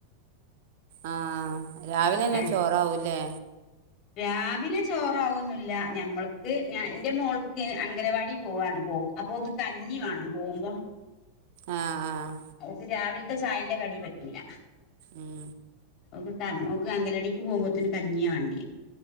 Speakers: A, on the right; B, on the left.
A: ആഹ് രാവിലെന്നെ
B: അട്
A: ചോറാവൂലേ
B: രാവിലെ ചോറാവൊന്നുല്ല ഞമ്മക്ക് ഞാ എന്റെ മോൾക്ക് അംഗനവാടി പോവണ് പോ അപ്പൊക് കഞ്ഞി വേണം പോകുമ്പോ
A: ആഹ് ആഹ്
B: ഓക്ക് രാവിൽത്തെ ചായന്റെ കടി പറ്റൂല്ല
A: ഉം
B: ഒക് കം ഒക് അങ്കലവാടിക്ക് പോകുമ്പോത് ന് കഞ്ഞിയാ വാണ്ടേ